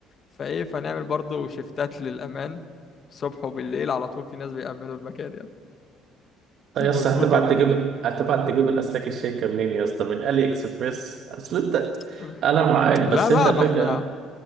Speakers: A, on the left; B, on the right.
A: فايه فنعمل برضه شيفتات للأمان الصبح وبالليل على طول في ناس بيأمنوا المكان يعني <laughs>
B: يا اسطى
A: مظبوط
B: هتبعت
A: ولا
B: تجيب
A: ايه؟
B: هتبعت تجيب الأسلاك الشيكة منين يا اسطى من ألي إكسبريس أصل أنت
A: <laughs>
B: أنا معاك
A: لا
B: بس
A: بقى
B: أنت الفكرة
A: ما احنا